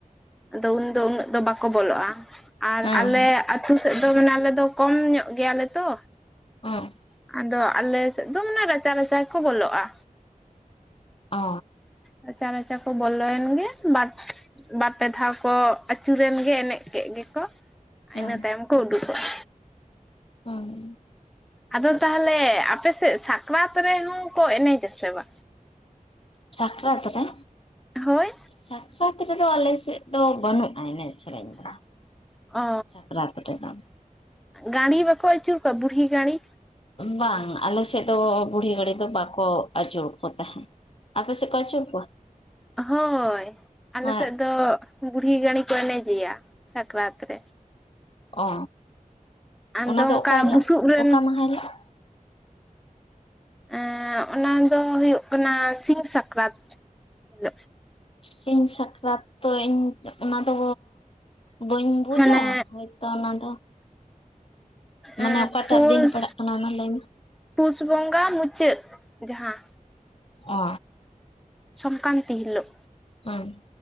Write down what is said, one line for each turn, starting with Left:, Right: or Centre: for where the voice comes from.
Centre: ᱟᱫᱚ ᱩᱱᱫᱚ ᱩᱱᱟᱹᱜ ᱫᱚ ᱵᱟᱠᱚ ᱵᱚᱞᱚᱜᱼᱟ ᱟᱨ
Left: ᱦᱮᱸ
Centre: ᱟᱞᱮ ᱟᱹᱛᱩ ᱥᱮᱫ ᱫᱚ ᱢᱟᱱᱮ ᱟᱞᱮ ᱫᱚ ᱠᱚᱢ ᱧᱚᱜ ᱜᱮᱭᱟᱞᱮ ᱛᱚ
Left: <unintelligible>
Centre: ᱟᱫᱚ ᱟᱞᱮᱥᱮᱫ ᱫᱚ ᱢᱟᱱᱮ ᱨᱟᱪᱟᱼ ᱨᱟᱪᱟ ᱜᱮᱠᱚ ᱵᱚᱞᱚᱜᱼᱟ
Left: ᱚ
Centre: ᱨᱟᱪᱟ ᱨᱟᱪᱟ ᱠᱚ ᱵᱚᱞᱚ ᱮᱱ ᱜᱮ ᱵᱟᱴ ᱵᱟᱨ ᱯᱮ ᱫᱷᱟᱣ ᱠᱚ ᱟᱹᱪᱩᱨᱮᱱ ᱜᱮ ᱮᱱᱮᱡ ᱠᱮᱫ ᱜᱮᱠᱚ
Left: ᱦᱮᱸ
Centre: ᱤᱱᱟᱹ ᱛᱟᱭᱚᱢ ᱠᱚ ᱩᱰᱩᱠᱚᱜᱼᱟ
Left: ᱦᱩᱸ
Centre: ᱟᱫᱚ ᱛᱟᱦᱞᱮ ᱟᱯᱮᱥᱮᱫ ᱥᱟᱠᱨᱟᱛ ᱨᱮᱦᱚᱸ ᱠᱚ ᱮᱱᱮᱡ ᱟᱥᱮ ᱵᱟᱝ
Left: ᱥᱟᱠᱨᱟᱛ ᱨᱮ
Centre: ᱦᱳᱭ
Left: ᱥᱟᱠᱨᱟᱛ ᱨᱮᱫᱚ ᱟᱞᱮ ᱥᱮ ᱪᱮᱫ ᱫᱚ ᱵᱟᱹᱱᱩᱜᱼᱟ ᱮᱱᱮᱡ ᱥᱮᱨᱮᱧ ᱫᱚ
Centre: ᱚ
Left: ᱥᱟᱠᱨᱟᱛ ᱨᱮᱫᱚ
Centre: ᱜᱟᱹᱬᱤ ᱵᱟᱠᱚ ᱟᱹᱪᱩᱨ ᱠᱚᱣᱟ ᱵᱩᱲᱦᱤ ᱜᱟᱹᱬᱤ
Left: ᱵᱟᱝ ᱟᱞᱮ ᱥᱮᱫ ᱫᱚ ᱵᱩᱲᱦᱤ ᱜᱟᱹᱢᱤ ᱫᱚ ᱵᱟᱠᱚ ᱟᱹᱪᱩᱨ ᱠᱚ ᱛᱟᱦᱮᱸᱫ ᱟᱯᱮ ᱥᱮᱫ ᱠᱚ ᱟᱹᱪᱩᱨ ᱠᱚᱣᱟ
Centre: ᱚ ᱦᱳᱭ ᱟᱞᱮ
Left: ᱦᱮᱸ
Centre: ᱥᱮᱫ ᱫᱚ ᱵᱩᱲᱦᱤ ᱜᱟᱹᱬᱤ ᱠᱚ ᱮᱱᱮᱡᱮᱭᱟ ᱥᱟᱠᱨᱟᱛ ᱨᱮ
Left: ᱚ
Centre: ᱟᱫᱚ
Left: ᱚᱱᱟᱫᱚ
Centre: ᱚᱱᱠᱟ
Left: ᱚᱠᱟ ᱦᱤᱞᱳᱜ
Centre: ᱵᱩᱥᱩᱵ ᱨᱮᱱ
Left: ᱚᱠᱟ ᱢᱟᱦᱟ ᱦᱤᱞᱳᱜ
Centre: ᱮᱸᱻ ᱚᱱᱟ ᱫᱚ ᱦᱩᱭᱩᱜ ᱠᱟᱱᱟ ᱥᱤᱧ ᱥᱟᱠᱨᱟᱛ ᱦᱤᱞ
Left: ᱥᱤᱧ ᱥᱟᱠᱨᱟᱛ ᱛᱚ ᱤᱧ ᱚᱱᱟ ᱫᱚ ᱵᱟᱹᱧ ᱵᱩᱡᱟ
Centre: ᱢᱟᱱᱮ
Left: ᱦᱚᱭᱛᱚ ᱚᱱᱟ ᱫᱚ ᱢᱟᱱᱮ
Centre: ᱮᱸ
Left: ᱚᱠᱟᱴᱟᱜ
Centre: ᱯᱩᱥ
Left: ᱫᱤᱱ ᱯᱟᱲᱟᱜ ᱠᱟᱱᱟ ᱚᱱᱟ ᱞᱟᱹᱭ ᱢᱮ
Centre: ᱯᱩᱥ ᱵᱚᱸᱜᱟ ᱢᱩᱪᱟᱹᱫ ᱡᱟᱦᱟᱸ
Left: ᱚ
Centre: ᱥᱚᱝᱠᱟᱱᱛᱤ ᱦᱤᱞᱳᱜ
Left: ᱦᱮᱸ